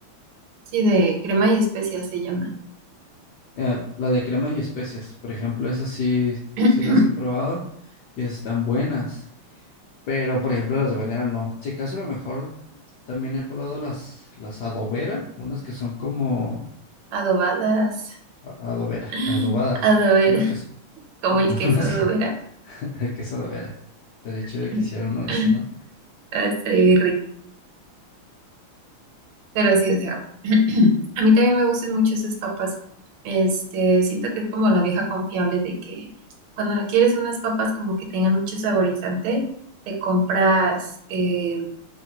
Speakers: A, on the right; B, on the left.
A: Sí, de crema y especias se llama.
B: Eh, la de cremas y especias, por ejemplo, esas sí,
A: <clears throat>
B: sí las he probado y esas están buenas. Pero, por ejemplo, las de banera no. Si acaso a lo mejor también he probado las, las adobera, unas que son como
A: Adobadas.
B: a- adobera,
A: <laughs>
B: <laughs> adobadas,
A: Adobera,
B: unas que son,
A: como
B: <laughs>
A: el queso
B: unas
A: adobera.
B: que, <laughs> que es adobera. Estaría
A: <laughs>
B: chido que hiciera uno de esos, ¿no?
A: Así Pero sí, o sea, <clears throat> a mí también me gustan mucho esas papas. Este, siento que es como la vieja confiable de que cuando no quieres unas papas como que tengan mucho saborizante, te compras eh,